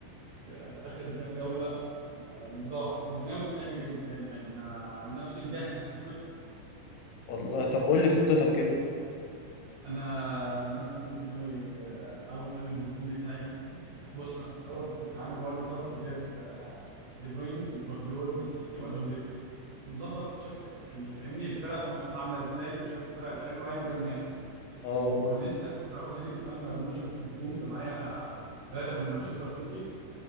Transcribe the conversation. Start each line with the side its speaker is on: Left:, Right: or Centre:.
Right: في في اخر كام جوله متضايق طب وناوي تعمل ايه قدام يعني انا عن نفسي مجهز خطتي
Left: والله طب قول لي خطتك كده
Right: انا مثلا كنت ناوي آه، عاوز اخلي الهجوم بتاعي بص انا في الاول كنت عامل وايلد كارت وجايب آه، دي بروين وفارديول من السيتي وادون دي ومظبط شاف كان- يعني فاهمني الفرق ماتشاتها عامله ازاي وشاف الفرق الحلوه يعني وجاب ناس
Left: اه
Right: ولسه كنت عاوز اجيب كمان مرموش يبقى في الهجوم يبقى معايا ثلاثه من مانشستر سيتي